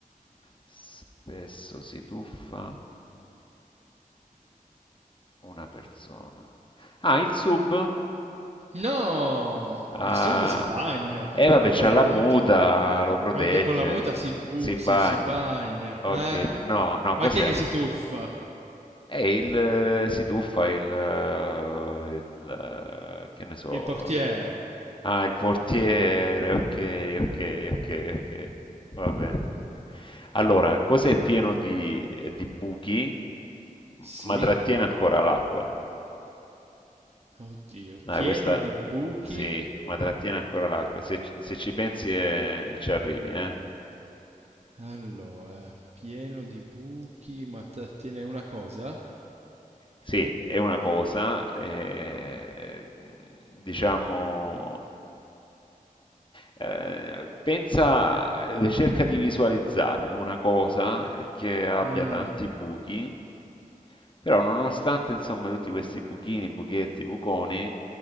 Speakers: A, on the left; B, on the right.
A: Spesso si tuffa una persona. Ah, il sub?
B: No, in
A: Ah,
B: sub si bagna,
A: e
B: anche
A: vabbè, c'ha
B: con la
A: la
B: muta.
A: muta, lo protegge,
B: Anche con la muta si busi,
A: si bagna.
B: si bagna,
A: Ok,
B: eh?
A: no, no,
B: Ma
A: cos'è?
B: chi è che si tuffa?
A: È il, eh, si tuffa il, eh, il, eh, che ne so,
B: Il portiere.
A: ah, il portiere, ok, ok, ok, ok, va bene. Allora, cos'è pieno di, eh, di buchi,
B: Sì?
A: ma trattiene ancora l'acqua?
B: Oddio,
A: Dai,
B: pieno
A: questa
B: di buchi.
A: sì, ma trattiene ancora l'acqua. Se, ci se ci pensi eh, ci arrivi, eh.
B: Allora, pieno di buchi, ma trattiene una cosa?
A: Sì, è una cosa, eh, diciamo, eh, pensa, eh, cerca di visualizzare una cosa eh, che abbia
B: Mm.
A: tanti buchi, però nonostante insomma tutti questi buchini, buchetti, buconi,